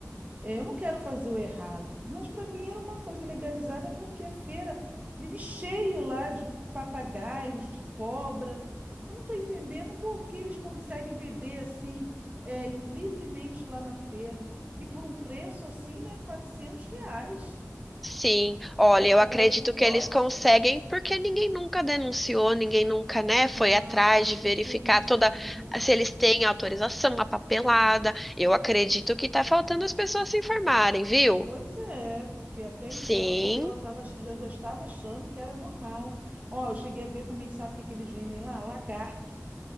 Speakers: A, on the right; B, in the centre.
A: É, eu não quero fazer o errado, mas pra mim era uma coisa legalizada porque a feira vive cheio lá de papagaios, de cobra. Eu não tô entendendo por que eles conseguem vender assim, é, livremente lá na feira e por um preço assim, né, 400 reais.
B: Sim, olha,
A: Papagaio
B: eu acredito
A: filhote.
B: que eles conseguem, porque ninguém nunca denunciou, ninguém nunca, né, foi
A: Ah,
B: atrás de
A: entendi.
B: verificar toda se eles têm autorização, a papelada. Eu acredito que tá faltando as pessoas se informarem, viu?
A: Pois é, porque até então
B: Sim,
A: eu tava, ach- eu já estava achando que era normal. Ó, eu cheguei a ver também, sabe o que que eles vendem lá? Lagarto.